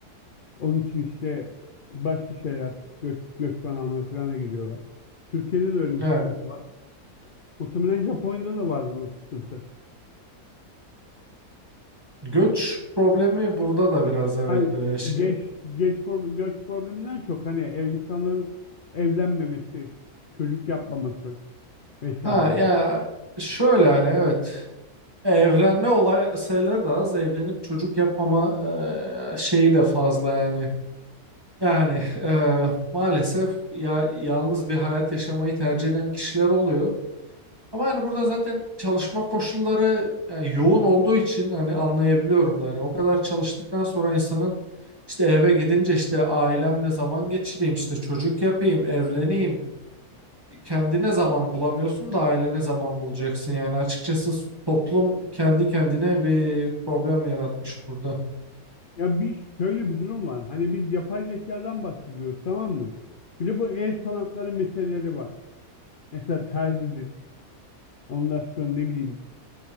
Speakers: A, on the left; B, on the right.
A: Onun için işte başka şeyler, göç, göçmen alma falan giriyorlar. Türkiye'de de öyle bir
B: Yani
A: sıkıntı var. Muhtemelen Japonya'da da vardır o sıkıntı.
B: Göç problemi burada da biraz evet
A: Hani
B: e, şey.
A: geç geç pro- göç probleminden çok hani ev, insanların evlenmemesi, çocuk yapmaması vesaire.
B: Ha ya şöyle hani evet evlenme olay sayıları da az evlenip çocuk yapmama e, şeyi de fazla yani. Yani e, maalesef ya yalnız bir hayat yaşamayı tercih eden kişiler oluyor. Ama hani burada zaten çalışma koşulları yani yoğun olduğu için hani anlayabiliyorum da hani o kadar çalıştıktan sonra insanın işte eve gidince işte ailemle zaman geçireyim işte çocuk yapayım evleneyim. kendine zaman bulamıyorsun da ailene zaman bulacaksın yani açıkçası toplum kendi kendine bir problem yaratmış burada.
A: Ya bir şöyle bir durum var. Hani biz yapay zekadan bahsediyoruz tamam mı? Bir de bu el sanatları meseleleri var. Mesela terzidir. Ondan sonra ne bileyim